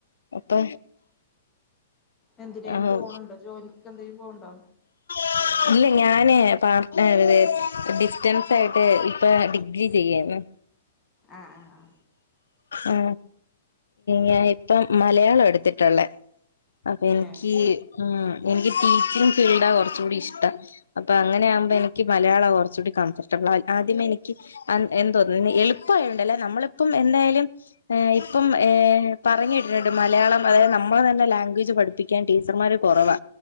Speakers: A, on the left; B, on the left.
A: അപ്പൊ
B: എന്തിനേം
A: ആഹ്
B: പോണണ്ടോ ജോലിക്ക് എന്തിനേം പോവ്ണ്ടോ?
A: <inaudible> ഇല്ല ഞാനേ പാർട്ട് ഏ ഡിസ്റ്റൻസായിട്ട് ഇപ്പൊ ഡിഗ്രി ചെയ്യാണ്.
B: ആ ആ ആ.
A: ആ ഞാൻ ഇപ്പം മലയാളാ എടുത്തിട്ടുള്ളേ അ ക്ക്
B: ആഹ് ഏഹ്
A: ഉം എനിക്ക് ടീച്ചിങ് ഫീൽഡാ കുറച്ചു കൂടി ഇഷ്ടം. അപ്പൊ അങ്ങനെ ആകുമ്പോ എനിക്ക് മലയാ ള കുറച്ചൂടി കംഫർബിളായി ആദ്യമെ എനിക്ക് എന്ത തോന്ന എളുപ്പണ്ടല്ലോ നമ്മളിപ്പം എന്നേ ലും ഏ ഇപ്പം ഏം പറഞ് കേട്ടിട്ടുണ്ട് മലയാളം അതായത് നമ്മളെ തന്നെ ലാംഗ്വേജ് പഠി പ്പിക്കാൻ ടീച്ചർമാര് കുറവാ.